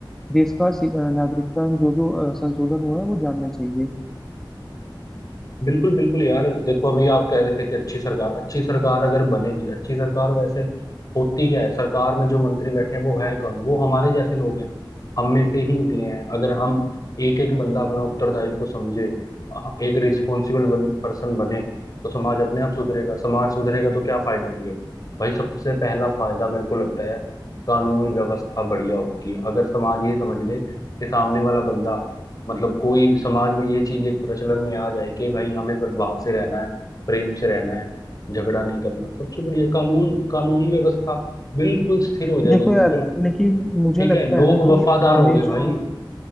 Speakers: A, in the centre; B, on the left.
A: देश का सि- अ, नागरिकता में जो जो अ, संशोधन हुआ है वो जानना चाहिए
B: बिल्कुल बिल्कुल यार देखो अभी आप कह रहे थे कि अच्छी सरकार अच्छी सरकार अगर बनेगी अच्छी सरकार वैसे होती क्या है सरकार में जो मंत्री बैठे हैं वो हैं कौन वो हमारे जैसे लोग हैं हम में से ही निकले हैं अगर हम एक एक बंदा अपना उत्तरदायी को समझे अ- एक रिस्पॉन्सिबल बन, पर्सन बने तो समाज अपने आप सुधरेगा समाज सुधरेगा तो क्या फायदे होंगे भाई सबसे पहला फायदा मेरे को लगता है कानून व्यवस्था बढ़िया होगी अगर समाज ये समझ ले कि सामने वाला बंदा मतलब कोई समाज में ये चीज एक प्रचलन में आ जाए कि भाई हमें सद्भाव से रहना है प्रेम से रहना है झगड़ा नहीं करना सबसे बढ़िया कानून कानूनी व्यवस्था बिल्कुल स्थिर हो जाएगी
A: देखो
B: बिल्कुल
A: यार लेकिन मुझे
B: ठीक
A: लगता
B: है लोग
A: है ना कि
B: वफादार
A: हमें
B: होंगे भाई
A: जो